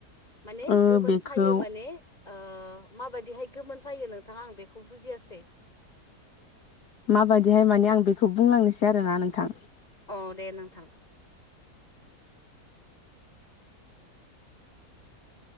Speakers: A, on the left (about 25°); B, on the left (about 75°).
A: माने
B: ओ
A: गोमोन
B: बेखौ
A: सायो माने ओ माबायदिहाय गोमोन फैयो नोंथाङा आं बेखौ बुजियासै?
B: माबायदिहाय माने आं बेखौ बुंलांनोसै आरोना नोंथां।
A: औ दे नोंथां।